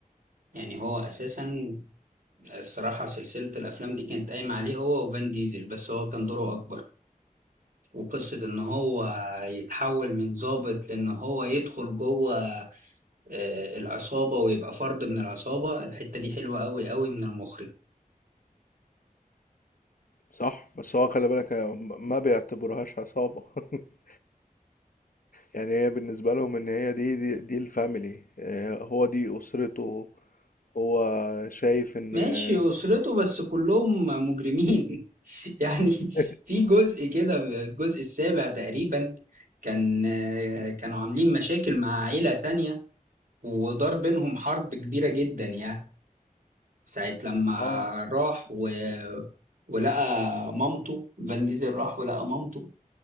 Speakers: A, on the right; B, on the left.
A: يعني هو اساسا الصراحة سلسلة الافلام دي كانت قايمة عليه هو وفان ديزل بس هو كان دوره اكبر وقصة ان هو يتحول من ضابط لان هو يدخل جوه آه، العصابة ويبقى فرد من العصابة الحتة دي حلوة أوي أوي من المخرج
B: صح بس هو خلي بالك آه، م- ما بيعتبرهاش عصابة <laughs> يعني هي بالنسبة لهم ان هي دي دي, دي الفاميلي آه، هو دي اسرته هو شايف ان
A: ماشي
B: <laughs>
A: أسرته بس كلهم مجرمين <laughs> يعني
B: آه،
A: في جزء كده الجزء السابع تقريبا كان آه، كانوا عاملين مشاكل مع عيلة تانية ودار بينهم حرب كبيرة جدا يعني ساعة لما
B: اه
A: راح و... ولقى مامته فان ديزل راح ولقى مامته